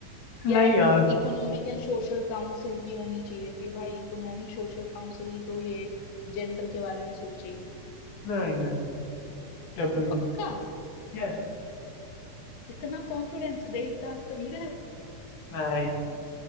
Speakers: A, on the left (about 80°); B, on the left (about 55°).
A: नहीं
B: या
A: यार
B: इकोनॉमिक एंड सोशल काउंसिल की होनी चाहिए कि भाई इकोनॉमिक सोशल काउंसिल ही तो ये जेंडर के बारे में सोचेगी
A: नहीं नहीं नहीं डब्ल्यू
B: पक्का
A: यस
B: इतना कॉन्फिडेंस देख दाग तो नहीं रहे
A: नहीं